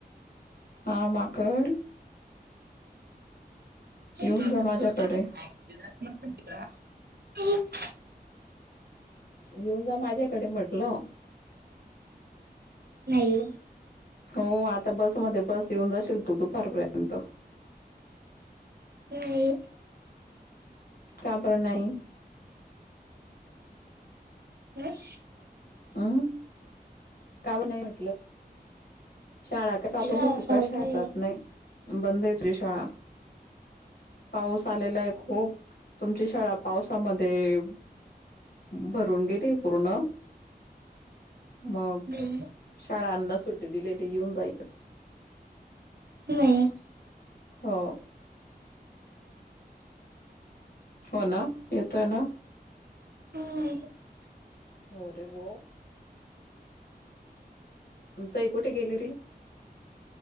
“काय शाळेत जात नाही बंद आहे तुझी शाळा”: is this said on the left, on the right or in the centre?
Left